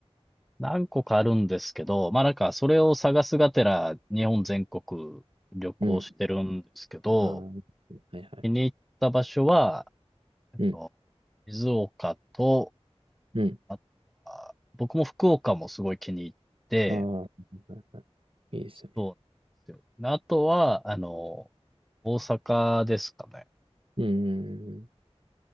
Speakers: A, in the centre; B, on the right.
A: 何個かあるんですけど、まあなんかそれを探すがてら日本全国旅行してるんですけど、
B: うん。ああ、はいはい。
A: 気に入った場所は、えっと、
B: うん、
A: 静岡と
B: うん。
A: あとは、僕も福岡もすごい気に入って、
B: ああ、はいはいはい。いいですよね。
A: そうなんですよ。あとは、あの、大阪ですかね。
B: うん、